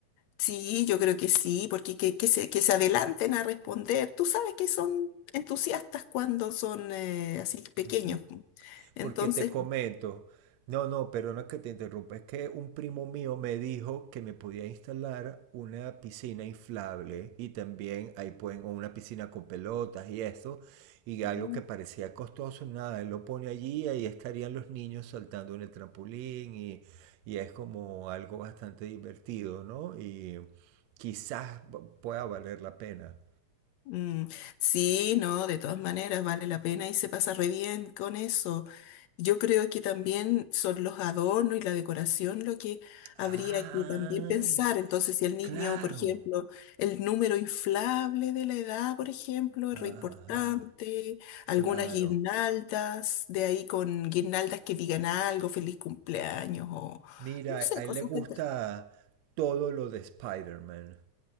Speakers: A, on the left; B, on the right.
A: sí, yo creo que sí, porque que, que se, que se adelanten a responder. Tú sabes que son entusiastas cuando son eh, así pequeños.
B: Ujú.
A: ¿no? Entonces,
B: Porque te comento, no, no, perdona que te interrumpa, es que un primo mío me dijo que me podía instalar una piscina inflable y también ahí pueden, o una piscina con pelotas y eso, y
A: mm,
B: algo que parecía costoso, nada, él lo pone allí y ahí estarían los niños saltando en el trampolín y, y es como algo bastante divertido, ¿no? Y quizás pueda valer la pena.
A: Mm, sí, no, de todas maneras vale la pena y se pasa re bien con eso. Yo creo que también son los adornos y la decoración lo que habría
B: Ah,
A: que también pensar. Entonces, si el niño,
B: claro.
A: por ejemplo, el número inflable de la edad, por ejemplo,
B: Ajá,
A: es re importante,
B: claro.
A: algunas guirnaldas, de ahí con guirnaldas que digan algo, feliz cumpleaños o
B: Mira,
A: no sé,
B: a
A: cosas
B: él le gusta
A: que...
B: todo lo de Spider-Man.